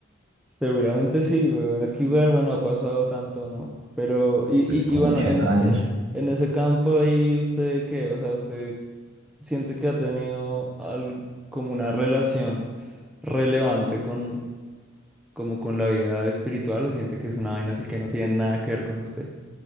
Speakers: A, in the centre; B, on the right.
A: Seguramente sí, weón. Es que igual, bueno, ha pasado tanto, ¿no? Pero, y,
B: pues
A: y,
B: como
A: y bueno,
B: ochenta
A: en, e-
B: años.
A: e, en ese campo ahí, ¿usted qué? O sea, ¿usted siente que ha tenido al- como una relación relevante con, como con la vida espiritual o siente que es una vaina así que no tiene nada que ver con usted?